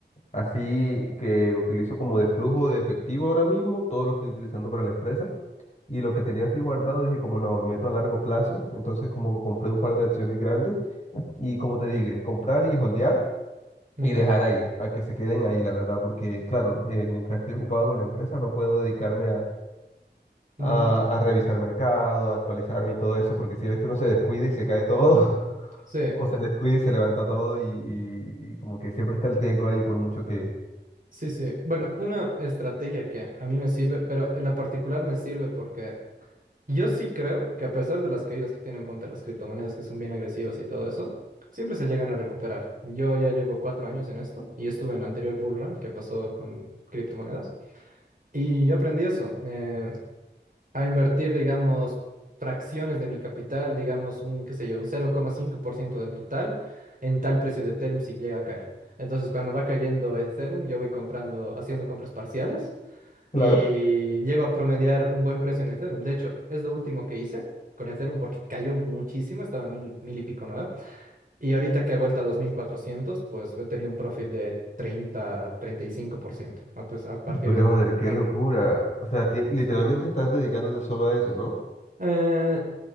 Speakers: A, on the left (about 40°); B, on the right (about 45°).
A: así que utilizo como de flujo de efectivo ahora mismo, todo lo estoy utilizando para la empresa y lo que tenía así guardado dije como no, lo meto a largo plazo, entonces como que compré un par de acciones grandes y como te dije, comprar y holdear
B: Ya.
A: y dejar ahí, a que se queden ahí, la verdad, porque claro, eh, mientras estoy ocupado con la empresa no puedo dedicarme a,
B: Mm,
A: a, a revisar mercado, a actualizarme y todo eso, porque si ves que uno se descuida y se cae todo, <laughs>
B: sí.
A: o se descuida y se levanta todo y, y- y como que siempre está el riesgo ahí por mucho que...
B: Sí, sí. Bueno, una estrategia que a mí me sirve, pero en la particular me sirve porque yo sí creo que a pesar de las caídas que tienen, ponte las criptomonedas que son bien agresivas y todo eso, siempre se llegan a recuperar. Yo ya llevo cuatro años en esto y estuve en el anterior bull run que pasó con criptomonedas y yo aprendí eso. Eh, a invertir, digamos, fracciones de mi capital, digamos, un, qué sé yo, un cero coma cinco por ciento del total en tal precio de Ethereum si llega a caer. Entonces, cuando va cayendo Ethereum, yo voy comprando, haciendo compras parciales
A: Claro.
B: y llego a promediar un buen precio en Ethereum. De hecho, es lo último que hice con Ethereum porque cayó muchísimo, estaba a mil, mil y pico, ¿no? Y ahorita que he vuelto a 2400 pues he tenido un profit de treinta treinta y cinco por ciento a, pes- a partir
A: Brother,
B: de lo que he comprado.
A: qué locura. O sea, ti-
B: Exacto.
A: literalmente estás dedicándote solo a eso, ¿no?
B: Eh,